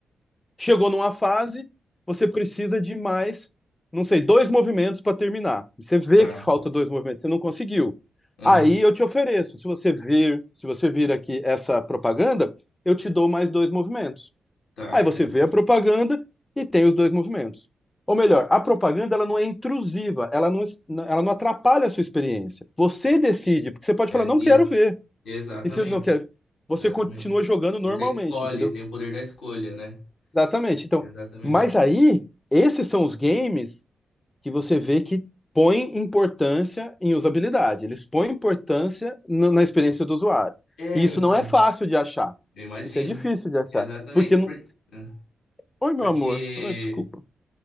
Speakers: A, on the left; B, on the left.
A: chegou numa fase, você precisa de mais, não sei, dois movimentos para terminar. Você vê
B: Tá.
A: que falta dois movimentos, você não conseguiu.
B: Aham.
A: Aí eu te ofereço, se você vir, se você vir aqui essa propaganda, eu te dou mais dois movimentos.
B: Tá,
A: Aí
B: entendi.
A: você vê a propaganda e tem os dois movimentos. Ou melhor, a propaganda ela não é intrusiva, ela não, ela não atrapalha a sua experiência. Você decide, porque você pode
B: É,
A: falar, não
B: isso.
A: quero ver.
B: Exatamente.
A: E se eu não quero, você
B: Exatamente.
A: continua jogando normalmente,
B: Você escolhe,
A: entendeu?
B: tem o poder da escolha, né?
A: Exatamente. Então,
B: Exatamente.
A: mas aí, esses são os games que você vê que põem importância em usabilidade. Eles põem importância na na experiência do usuário.
B: É,
A: E isso
B: então.
A: não é fácil de achar.
B: Eu imagino.
A: Isso é difícil de achar.
B: Exatamente.
A: Porque não.
B: Por- é,
A: Oi, meu
B: Porque
A: amor. Oi, desculpa.